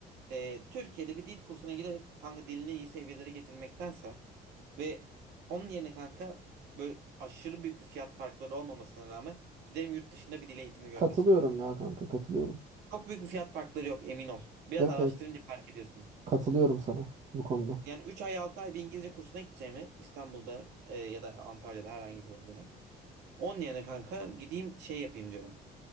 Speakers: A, on the right; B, on the right.
A: E, Türkiye'de bir dil kursuna giderek kanka dilini iyi seviyelere getirmektense ve onun yerine kanka böyle aşırı büyük bir fiyat farkları olmamasına rağmen giderim yurt dışında bir dil eğitimi görmek
B: Katılıyorum
A: istiyorum.
B: ya kanka katılıyorum.
A: Çok büyük bir fiyat farkları yok emin ol. Biraz
B: Evet
A: araştırınca
B: evet
A: fark ediyorsun.
B: katılıyorum sana bu konuda.
A: Yani 3 ay 6 ay bir İngilizce kursuna gideceğimi İstanbul'da e, ya da Antalya'da herhangi bir bölgede. Onun yerine kanka gideyim şey yapayım diyorum.